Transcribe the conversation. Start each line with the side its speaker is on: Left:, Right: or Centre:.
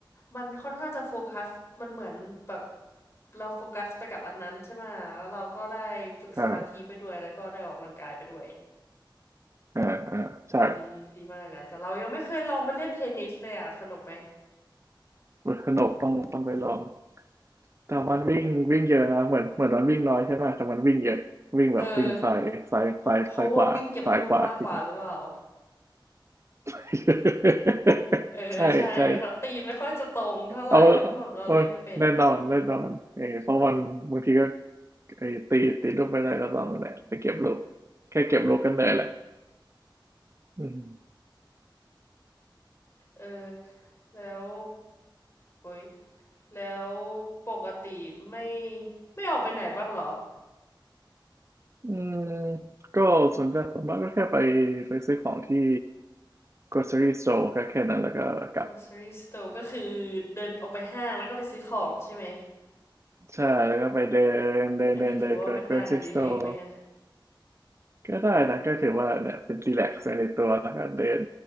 Left: มันค่อนข้างจะโฟกัสมันเหมือนแบบ เราโฟกัสไปกับอันนั้นใช่ไหมแล้วเราก็ได้ฝึกสมาธิไปด้วยแล้วก็ได้ออกกำลังกายไปด้วย
Right: ใช่อ่าอ่าใช่
Left: ดีดีมากแหละแต่เรายังไม่เคยลองไปเล่นเทนนิสเลยอ่ะสนุกไหม
Right: สนุกต้องต้องไปลองแต่มันวิ่งวิ่งเยอะนะเหมือนเหมือนมันวิ่งน้อยใช่ไหมแต่มันวิ่งเยอะวิ่งแบบวิ่งซ้ายซ้ายซ้ายซ้ายขวาซ้ายขวาจริง
Left: เออเพราะว่าวิ่งเก็บลูกมากกว่าหรือเปล่า
Right: <laughs>
Left: เออใช่เพราะตีไม่ค่อยจะตรงเท่าไหร่เพราะแบบเราเล่นไม่เป็นอ่ะ
Right: ใช่ใช่เอาเอาแน่นอนแน่นอนเออเพราะวันบางทีก็ไอ้ตีตีลูกไม่ได้ก็ลองนั่นแหละไปเก็บลูกแค่เก็บลูกกันเลยแหละอืม
Left: เออแล้วโอ้ยแล้วปกติไม่ไม่ออกไปไหนบ้างหรอ
Right: อืมก็ส่วนใหญ่ส่วนมากก็แค่ไปไปซื้อของที่ grocery store ก็แค่นั้นแล้วก็กลับ
Left: grocery store ก็คือเดินออกไปห้างแล้วก็ไปซื้อของใช่ไหม
Right: ใช่แล้วก็ไปเดินเดินเดินเดิน
Left: อันนี้ถือว่าเป็นงานอดิเรกไหมอ่ะ
Right: grocery store ก็ได้นะก็ถือว่าเนี่ยเป็นรีแลกซ์ในตัวแล้วก็เดิน